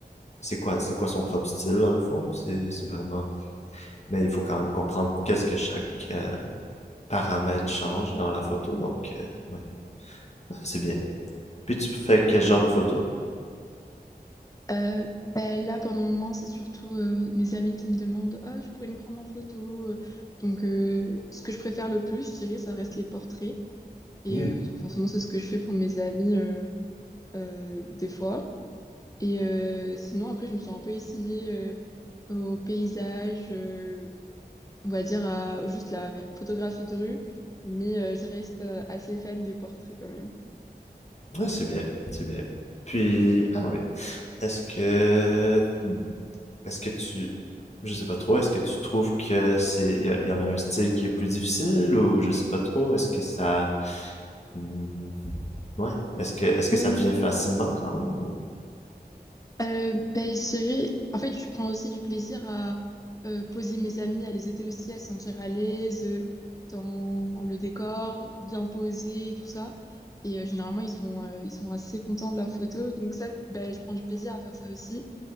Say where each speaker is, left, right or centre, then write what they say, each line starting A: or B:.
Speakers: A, on the left (about 40°); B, on the left (about 20°).
A: c'est quoi, c'est quoi son propre style dans le fond. C'est, c'est vraiment mais il faut quand même comprendre qu'est-ce que chaque euh, paramètre change dans la photo. Donc, euh, ouais, Ah, c'est bien. Puis tu fais quel genre de photo?
B: Euh, bah, là, pendant le moment, c'est surtout euh, mes amis qui me demandent, Ah, tu pourrais me prendre en photo. euh. Donc, euh, ce que je préfère le plus, je dirais, ça reste les portraits. Et
A: Hmm.
B: euh, donc, forcément, c'est ce que je fais pour mes amis euh, euh, des fois. Et euh, sinon, après, je me suis un peu essayée euh, au paysage, euh, on va dire à juste la photographie de rue, mais euh, je reste euh, assez fan des portraits quand même.
A: Ouais, c'est bien, c'est bien. Puis, ah oui, est-ce que, hmm, est-ce que tu, je sais pas trop, est-ce que tu trouves que c'est, il y, y en a un style qui est plus difficile ou je sais pas trop, est-ce que ça, hmm, ouais, est-ce que, est-ce que
B: Mm.
A: ça devient facilement quand même ou?
B: Euh, ben, je dirais- en fait, je prends aussi du plaisir à euh, poser mes amis, à les aider aussi à se sentir à l'aise euh, dans le décor, bien posé, tout ça. Et euh, généralement, ils sont, euh, ils sont assez contents de leurs photos. Donc ça, ben, je prends du plaisir à faire ça aussi.